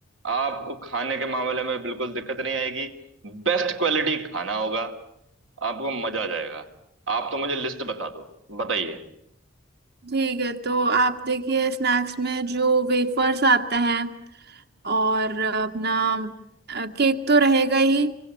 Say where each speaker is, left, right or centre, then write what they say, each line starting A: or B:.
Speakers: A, on the right; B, on the right.
A: आपको खाने के मामले में बिल्कुल दिक्कत नहीं आएगी बेस्ट क्वालिटी खाना होगा आपको मजा आ जाएगा आप तो मुझे लिस्ट बता दो बताइए
B: ठीक है तो आप देखिए स्नैक्स में जो वेफर्स आते हैं और अपना केक तो रहेगा ही